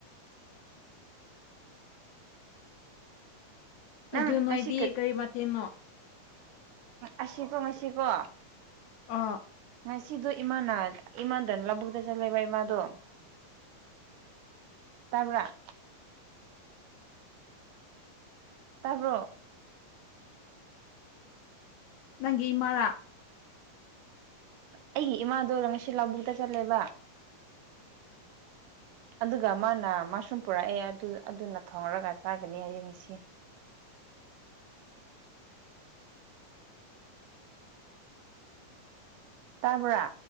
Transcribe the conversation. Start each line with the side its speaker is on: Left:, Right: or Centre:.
Right: ꯅꯪ
Left: ꯑꯗꯨ ꯅꯣꯏꯗꯤ
Right: ꯉꯁꯤ
Left: ꯀꯔꯤ ꯃꯊꯦꯜꯅꯣ
Right: ꯑꯁꯤꯕꯣ ꯉꯁꯤꯕꯣ
Left: ꯑꯥ
Right: ꯉꯁꯤꯗꯣ ꯏꯃꯥꯟꯅ ꯏꯃꯥꯟꯗꯅ ꯂꯧꯕꯨꯛꯇ ꯆꯠꯂꯦꯕ ꯏꯃꯥꯗꯣ ꯇꯥꯕꯔꫭ ꯇꯥꯕ꯭ꯔꯣ
Left: ꯅꯪꯒꯤ ꯏꯃꯥꯔꯥ
Right: ꯑꯩꯒꯤ ꯏꯃꯥꯗꯔ ꯉꯁꯤ ꯂꯥꯕꯨꯗ ꯆꯠꯂꯦꯕ ꯑꯗꯨꯒ ꯃꯥꯅ ꯃꯁꯔꯨꯝ ꯄꯨꯔꯛꯑꯦ ꯑꯗꯨ ꯑꯗꯨꯅ ꯊꯣꯡꯉꯔꯒ ꯆꯥꯒꯅꯤ ꯍꯌꯦꯡ ꯏꯁꯤ ꯇꯥꯕ꯭ꯔꯥ